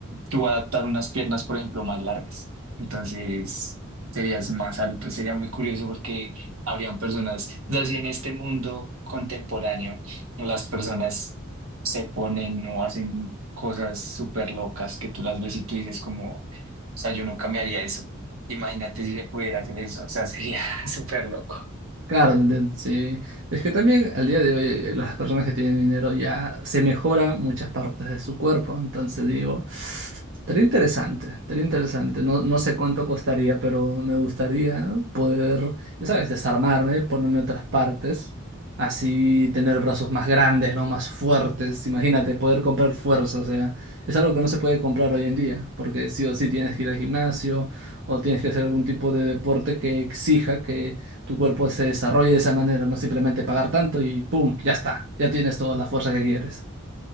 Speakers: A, on the right; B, on the right.
A: tú adaptar unas piernas, por ejemplo, más largas. Entonces, serías más alto. Sería muy curioso porque habrían personas, o sea, si en este mundo contemporáneo las personas se ponen o hacen cosas súper locas que tú las ves y tú dices como, o sea, yo nunca me haría eso. Imagínate si se pudiera hacer eso, o sea, sería <laughs> súper loco.
B: Claro, te entiendo, sí. Es que también al día de hoy eh, las personas que tienen dinero ya se mejoran muchas partes de su cuerpo. Entonces digo, estaría interesante, estaría interesante. No, no sé cuánto costaría, pero me gustaría poder, ya sabes, desarmarme, ponerme otras partes, así tener brazos más grandes, ¿no? Más fuertes. Imagínate, poder comprar fuerza. O sea, es algo que no se puede comprar hoy en día, porque sí o sí tienes que ir al gimnasio o tienes que hacer algún tipo de deporte que exija que tu cuerpo se desarrolle de esa manera, no simplemente pagar tanto y ¡pum! Ya está, ya tienes toda la fuerza que quieres.